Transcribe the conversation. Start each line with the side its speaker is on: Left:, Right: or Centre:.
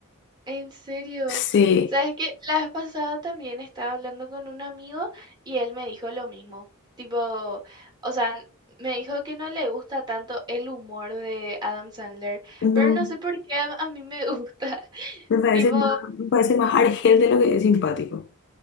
Right: En serio.
Left: Sí,
Right: ¿Sabes que La vez pasada también estaba hablando con un amigo y él me dijo lo mismo. Tipo, o sea, me dijo que no le gusta tanto el humor de Adam Sandler,
Left: no,
Right: pero no sé por qué a, a mí me gusta. <laughs>
Left: me parece
Right: Tipo,
Left: más, me parece más argel de lo que es simpático.